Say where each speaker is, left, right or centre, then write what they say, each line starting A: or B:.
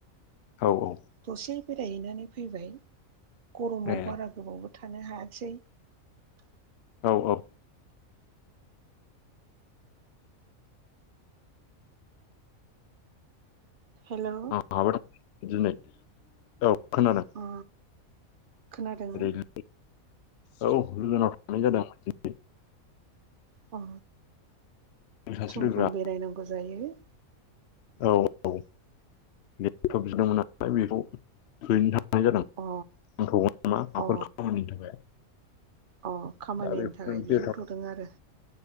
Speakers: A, on the left (about 65°); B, on the right (about 55°).
A: औ औ
B: दसे बेरायहैनानै फैबाय गरमाव
A: ए
B: बारा गोबावबो थानो हायासै
A: औ औ
B: हेलौ
A: <unintelligible> दिनै औ खोनादों
B: अ खोनादोंना
A: ओरैनो औ गोजानाव थांनाय जादों
B: अ
A: सासे
B: सम
A: लोगोआ
B: सम बेरायनांगौ जायो
A: औ औ <unintelligible> बिदोंमोन आं फ्राय बेखौ थैनो थांनाय जादों नांथावगोन
B: अ
A: नामा माफोर
B: अ
A: खामानिनि थाखाय
B: अ खामानिनि
A: दा बेखौनो
B: थाखाय बिहरथ'दों
A: बेरायथाव
B: आरो